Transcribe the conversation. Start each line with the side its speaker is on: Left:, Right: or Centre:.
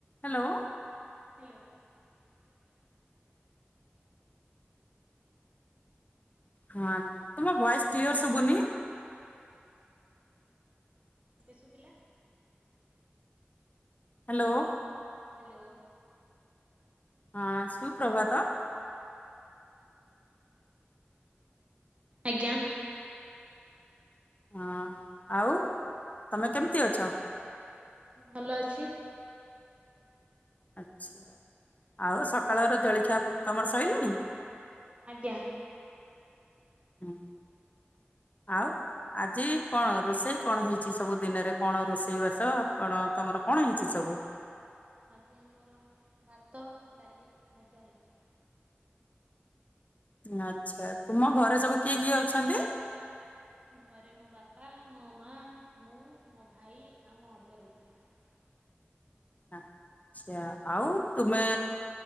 Left: ହ୍ୟାଲୋ।
Right: <inaudible>
Left: ହଁ ତୁମ ଭଏସ କ୍ଲିଅର ଶୁଭୁନି।
Right: ବେ ସୁବିଲା।
Left: ହାଲୋଓ।
Right: ହାଲୋଓ।
Left: ହଁ ସୁ ପ୍ରଭାତ।
Right: ଆଜ୍ଞା।
Left: ହଁ ଆଉ ତମେ କେମତି ଅଛ।
Right: ଭଲ ଅଛି।
Left: ଆଚଛା ଆଉ ସକାଳର ଜଳଖିଆ ତମର ସରିଲଣି।
Right: ଆଜ୍ଞା।
Left: ହୁଁ ଆଉ। ଆଜି କଣ ରୋଷେଇ କଣ ହେଇଛି ସବୁ ଦିନରେ କଣ ରୋଷେଇ ବାସ ଆପଣ ତମର କଣ ହେଇଛି ସବୁ? ସବୁ
Right: ଆଜି ଆମର ଭାତ ଡାଲି ଭଜା ହେଇଛି।
Left: ଆଚ୍ଛା ତୁମ ଘରେ ସବୁ କିଏ କିଏ ଅଛନ୍ତି।
Right: ଘରେ ମୋ ବାପା ମୋ ମା ମୁଁ ମୋ ଭାଇ ଆଉ ମୋ ଅଜା ରହୁଛନ୍ତି।
Left: ହଁ। ଆଛା ଆଉ ତୁମେ